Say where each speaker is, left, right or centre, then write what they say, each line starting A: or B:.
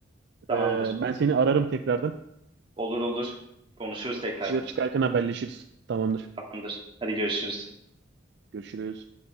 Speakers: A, on the right; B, on the right.
A: Tamamdır.
B: Ee, ben seni ararım tekrardan.
A: Olur olur. Konuşuruz tekrardan.
B: Dışarı çıkarken haberleşiriz. Tamamdır.
A: Tamamdır. Hadi görüşürüz.
B: Görüşürüz.